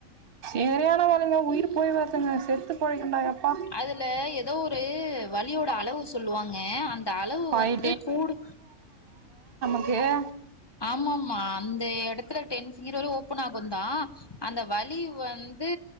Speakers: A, on the right (about 45°); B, on the left (about 20°).
A: சரியான வலிங்க உயிர்ப் போய் வருதுங்க செத்து பொழிக்கண்டாயப்பா
B: அதுல ஏதோ ஒரு வழியோட அளவு சொல்லுவாங்க அந்த அளவு
A: ஃபைவ்
B: வந்து கூடு
A: அது
B: ஆமா ஆமா அந்த எடத்துல டென் கிறளவு ஓப்பன் ஆகு தா அந்த வலி வந்து